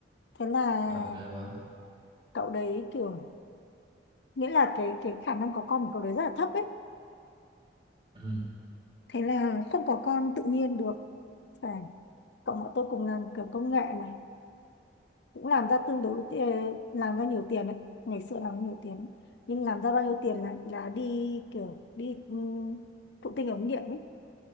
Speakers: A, on the left; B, on the right.
A: thế là
B: rồi ghê quá
A: cậu đấy kiểu nghĩa là cái cái khả năng có con của cậu đấy rất là thấp ấy
B: ừ
A: thế là không có con tự nhiên được phải cộng bọn tôi cùng làm kiểu công nghệ này cũng làm ra tương đối ti- làm ra nhiều tiền đấy ngày xưa làm nhiều tiền đấy. nhưng làm ra bao nhiêu tiền là là đi kiểu đi um, thụ tinh ống nghiệm ấy